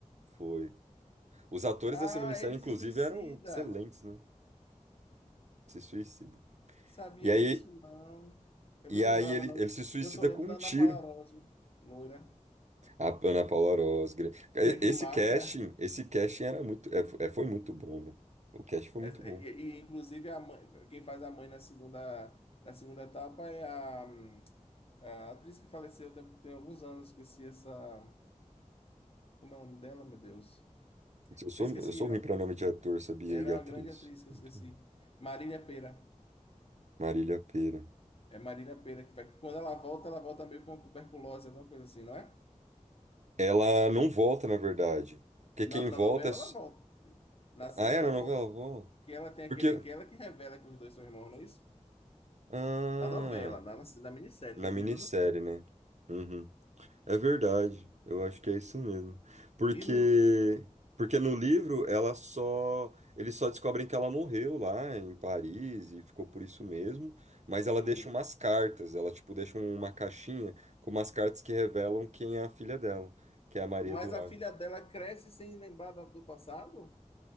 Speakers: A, on the right (about 65°); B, on the left (about 50°).
A: foi. Os atores
B: Ah,
A: dessa minissérie,
B: ele
A: inclusive,
B: se suicida.
A: eram excelentes, né? Se suicida.
B: Sabia
A: E aí,
B: disso, não. Eu
A: e
B: não
A: aí
B: lembrava,
A: ele,
B: não.
A: ele se suicida
B: Porque eu só lembro
A: com um
B: da
A: tiro.
B: Ana Palarola, viu? Loira.
A: A Ana Paula Orozgra. E-
B: É que
A: Esse
B: marca.
A: casting, esse casting era muito, é, é, foi muito bom, né? O casting foi
B: É,
A: muito bom.
B: é, e, e, inclusive, a mãe, quem faz a mãe na segunda, na segunda etapa é a, a atriz que faleceu tem, tem alguns anos. Esqueci essa. Como é o nome dela, meu Deus?
A: Eu sou,
B: Eu esqueci.
A: eu sou ruim para nome de ator, sabia?
B: Ela
A: E
B: é
A: atriz.
B: uma grande atriz que
A: Muito
B: eu esqueci.
A: ruim.
B: Marília Pera.
A: Marília Pêra.
B: É Marina Pera que faz. Quando ela volta, ela volta meio com tuberculose, alguma coisa assim, não é?
A: Ela não volta, na verdade. Porque
B: Na,
A: quem
B: na
A: volta
B: novela
A: é. s-
B: ela volta. Na série
A: Ah, é?
B: ela
A: Na novela
B: volta,
A: volta?
B: que ela tem aquele.
A: Porque.
B: Que ela que revela que os dois são irmãos, não é isso?
A: Ah,
B: Na novela, na, na, na minissérie,
A: na
B: no
A: minissérie,
B: livro eu não sei.
A: né? Uhum. É verdade, eu acho que é isso mesmo. Porque
B: E no.
A: porque no livro ela só eles só descobrem que ela morreu lá em Paris e ficou por isso mesmo, mas
B: Sim.
A: ela deixa umas cartas, ela tipo deixa uma caixinha com umas cartas que revelam quem é a filha dela, que é a Maria
B: Mas
A: Eduarda.
B: a filha dela cresce sem lembrar da- do passado?